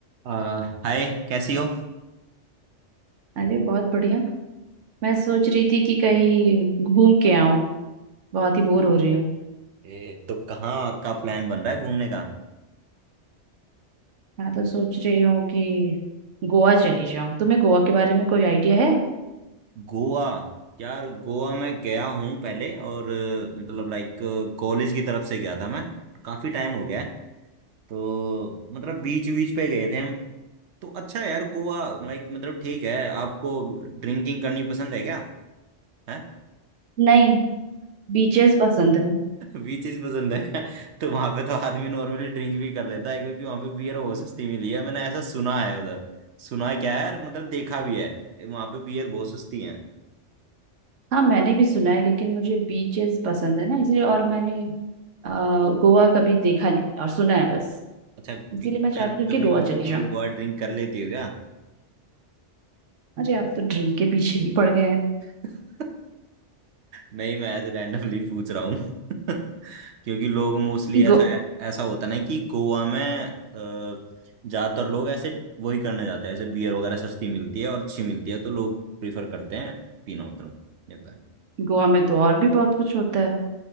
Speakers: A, on the right; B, on the right.
A: अ, hi कैसी हो
B: अरे बहुत बढ़िया मैं सोच रही थी कि कहीं घूम के आऊं बहुत ही बोर हो रही हूँ
A: ए, तो कहाँ का प्लान बन रहा है घूमने का
B: मैं तो सोच रही हूँ कि गोवा चली जाऊं तुम्हें गोवा के बारे में कोई आइडिया है
A: गोवा यार गोवा मैं गया हूँ पहले और अ, मतलब लाइक कॉलेज की तरफ से गया था मैं काफी टाइम हो गया है तो मतलब बीच बीच पे गए थे हम तो अच्छा है यार गोवा लाइक मतलब ठीक है आपको ड्रिंकिंग करनी पसंद है क्या है
B: नहीं बीचेस पसंद है
A: बीचेस पसंद है तो वहां पे तो आदमी नॉर्मली ड्रिंक भी कर लेता है क्योंकि वहां पे बियर बहुत सस्ती मिली है मैंने ऐसा सुना है उधर सुना है क्या है और मतलब देखा भी है वहां पे बियर बहुत सस्ती है
B: हाँ मैंने भी सुना है लेकिन मुझे बीचेस पसंद है ना इसलिए और मैंने अ, गोवा कभी देखा नहीं है और सुना है बस
A: अच्छा
B: इसीलिए
A: पी-
B: मैं चाहती
A: कर,
B: हूँ
A: कभी
B: कि गोवा चली
A: कभी
B: जाऊं
A: कभार ड्रिंक कर लेती हो क्या
B: अरे आप तो ड्रिंक के पीछे ही पड़ गए हैं
A: <laughs> नहीं मैं ऐसे रैंडमली पूछ रहा हूँ <laughs> क्योंकि लोग मोस्टली ऐसा
B: गो,
A: ऐसा होता ना कि गोवा में अ, ज्यादातर लोग ऐसे वही करने जाते हैं ऐसे बियर वगैरह सस्ती मिलती है और अच्छी मिलती है तो लोग प्रीफर करते हैं पीना उधर जाता है
B: गोवा में तो और भी बहुत कुछ होता है